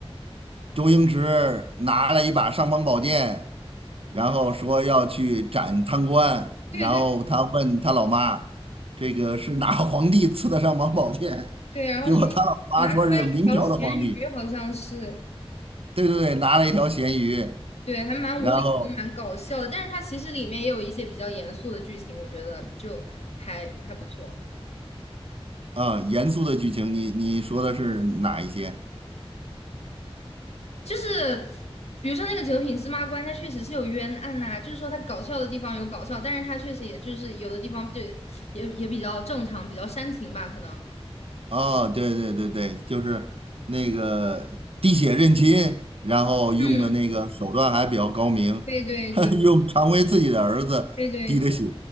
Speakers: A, on the right; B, on the left.
A: 周星驰拿了一把尚方宝剑，然后说要去斩贪官，
B: 嗯。
A: 然后他问他老妈，
B: 对对
A: 这个是哪个皇帝赐的尚方宝剑？<laughs>
B: 对，然后什么拿出来一条咸鱼，
A: 结果他老妈说是明朝的皇帝。
B: 好像是，
A: 对对对，拿了一条咸鱼，
B: 对，还蛮无厘头，
A: 然后
B: 蛮搞笑的。但是它其实里面也有一些比较严肃的剧情，我觉得就还还不错。
A: 嗯，呃严肃的剧情，你你说的是哪一些？
B: 就是比如说那个九品芝麻官，它确实是有冤案呐、就是说它搞笑的地方有搞笑，但是它确实也就是有的地方就也也比较正常，比较煽情吧，可能。
A: 哦，对对对对，就是那个滴血认亲，然后用的那个手段还比较高明，
B: 嗯，对对对
A: <laughs> 用常威自己的儿子滴的血，
B: 对对对，